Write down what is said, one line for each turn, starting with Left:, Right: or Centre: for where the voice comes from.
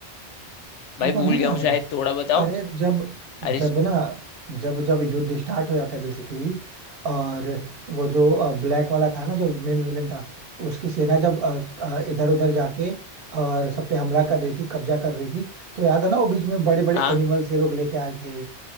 Right: तुमको
Left: भाई
Right: नहीं
Left: भूल गया
Right: याद
Left: हूँ शायद
Right: है
Left: थोड़ा बताओ
Right: अरे जब
Left: अरे
Right: जब ना जब जब युद्ध स्टार्ट हो जाता है बेसिकली और वो जो ब्लैक वाला था ना जो मेन विलेन था उसकी सेना जब इधर उधर जाके और सब पे हमला कर रही थी कब्जा कर रही थी तो याद है ना वो बीच में बड़े बड़े
Left: हाँ
Right: एनिमल्स ये लोग लेके आए थे